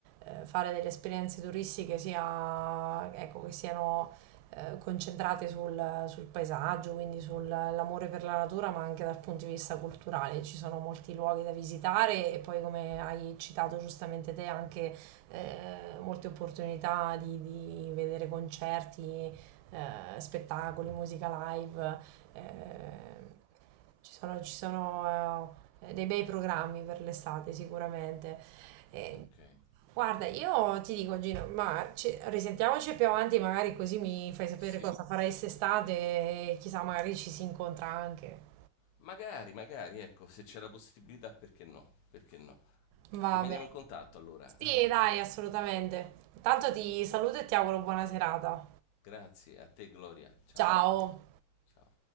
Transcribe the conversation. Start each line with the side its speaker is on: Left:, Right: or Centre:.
Right: eh, fare delle esperienze turistiche sia, ecco, che siano eh, concentrate sul, sul paesaggio, quindi sull'amore per la natura, ma anche dal punto di vista culturale. Ci sono molti luoghi da visitare e poi, come hai citato giustamente te, anche eh, molte opportunità di, di vedere concerti, eh, spettacoli, musica live. Eh, ci sono, ci sono, eh, dei bei programmi per l'estate sicuramente. Eh,
Left: Ok,
Right: guarda, io ti dico, Gino, ma ci- risentiamoci più avanti, magari così mi fai sapere
Left: sì,
Right: cosa farai quest'estate e chissà, magari ci si incontra anche.
Left: magari, magari, ecco, se c'è la possibilità, perché no? Perché no?
Right: Va
Left: Rimaniamo
Right: bene.
Left: in contatto allora.
Right: Sì,
Left: <laughs>
Right: dai, assolutamente. Tanto ti saluto e ti auguro buona serata.
Left: Grazie a te Gloria, ciao,
Right: Ciao.
Left: ciao.